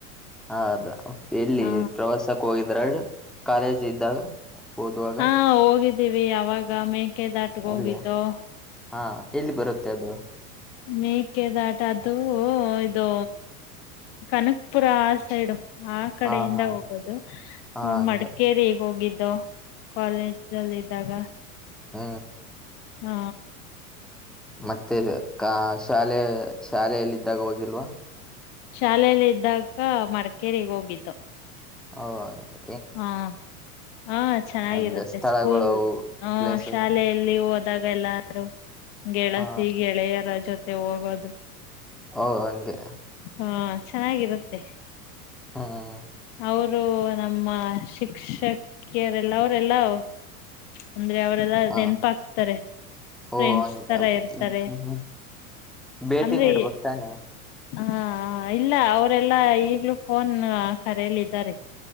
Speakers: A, in the centre; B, on the left.
A: ಆ ಹೌದು ಎಲ್ಲಿ
B: ಹ
A: ಪ್ರವಾಸಕ್ಕೆ ಹೋಗಿದ್ರ ಕಾಲೇಜ್ ಇದ್ದಾಗ ಓದುವಾಗ
B: ಹಾ ಹೋಗಿದ್ದ ದಿವೆ ಆವಾಗ ಮೇ ಕ್ಕೆ ದಾಟ ಹೋಗಿದ್ದು
A: ಅಲ್ಲ ಹಾ ಎಲ್ಲಿ ಬರುತ್ತೆ ಅದು
B: ಮೇಕೆದಾಟ ಅದು ಇದು ಕನಕಪುರ ಸೈಡು ಆ ಕಡೆಯಿಂದ
A: ಹಾ ಹಾ
B: ಹೋಗೋದು
A: ಹಾ ಹಂಗೆ
B: ಮಡಿಕೇರಿ ಈಗ ಹೋಗಿದ್ದ್ ದೂ ಕಾಲೇಜಲ್ಲಿ ಇದ್ದಾಗ
A: ಹ್ಮ
B: ಹ್ಮ
A: ಮತ್ತೆ ಕ ಶಾಲೆ ಶಾಲೆಯಲ್ಲಿಿದ್ದಾಗ ಹೋಗಿಲ್ವಾ
B: ಶಾಲೆಯಲ್ಲಿ ಇದ್ದಾಗ ಮಡಿಕೇಗ್ ಹೋಗಿದ್ದು
A: ಹಓ ಹಾಂಗೆ
B: ಹಾ ಹ ಚೆನ್ನಾಗಿರುತ್ತೆ
A: ಅಂದ್ರೆ ಸ್ಥಳಗಳು
B: ಸ್ಕೂಲ್
A: ಅವು
B: ಹ
A: ಪ್ಲೇಸಸ್
B: ಶಾಲೆಯಲ್ಲಿ ಹದ ಇದ್ದಾಗ ಎಲ್ಲಾರು ಗೆಳತಿ
A: ಹಾ
B: ಗೆಳೆಯರ ಜೊತೆ ಮತ್ತೆ ಹೋಗೋದು
A: ಹಓ ಹಂಗೆ
B: ಹಾ ಚೆನ್ನಾಗಿರುತ್ತೆ
A: ಹ್ಮ್
B: ಅವರು ನಮ್ಮ ಶಿಕ್ಷೆ ಕೆ ಎಲ್ಲರ್ ಎಲ್ಲವೂ ಅಂದ್ರೆ ಅವರೆಲ್ಲ
A: ಹ
B: ನೆನಪ ಹಾಕ್ತಾರೆ ಫ್ರೆಂಡ್ಸ್
A: ಓ ಹಂಗೆ
B: ತರ ಇರ್ತಾರೆ
A: ಹ್ಮ್ ಭೇಟಿ
B: ಅಂದ್ರೆ
A: ನೀಡ್ಬೇಕ್ ತಾನೆ
B: ಹಾ ಇಲ್ಲ ಅವರೆಲ್ಲಾ ಈಗ್ಲೂ ಫೋನ್ ಕರೆಯಲ್ಲ ಇದಿದ್ದಾರೆ